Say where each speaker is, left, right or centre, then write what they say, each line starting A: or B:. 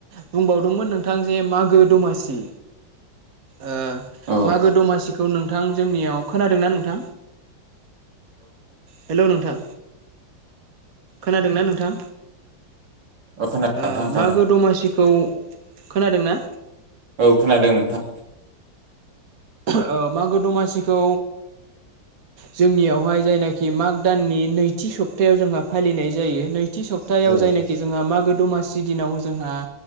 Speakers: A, on the right; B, on the right.
A: बुंबावदोंमोन नोंथां जे मागो दमासि ओ
B: औ
A: मागो दमासिखौ नोंथां जोंनियाव खोनादोंना नोंथां? हेलौ नोंथां खोनादोंना नोंथां?
B: खोनादों
A: ओ मागो दमासिखौ खोनादों ना?
B: औ खोनादों नोंथां।
A: <unintelligible> ओ मागो दमासिखौ जोंनियावहाय जायनाखि माग दाननि नैथि सप्तायाव जोंहा फालिनाय जायो नै थि सप्तायाव
B: खोनादों
A: जायनाखि जोंहा मागो दमासि दिनाव जोंहा